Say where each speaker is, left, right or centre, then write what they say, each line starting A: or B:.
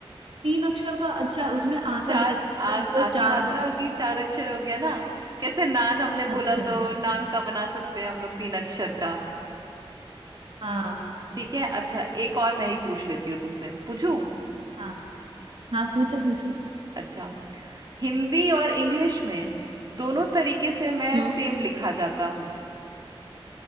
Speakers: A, on the right; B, on the right.
A: तीन अक्षर का अच्छा उसमें आ का
B: चार
A: डंडा जो
B: आ
A: है वो
B: आ
A: चार
B: की मात्रा
A: होंगे
B: होगी चार अक्षर हो गया ना कैसे नान हमने
A: अच्छा
B: बोला तो नान का बना सकते हैं हम लोग तीन अक्षर का
A: हाँ
B: ठीक है अच्छा एक और मैं ही पूछ लेती हूँ तुमसे पूछूं
A: हाँ हाँ पूछो पूछो
B: अच्छा हिंदी और इंग्लिश में दोनों तरीके से मैं
A: हम्म
B: सेम लिखा जाता हूँ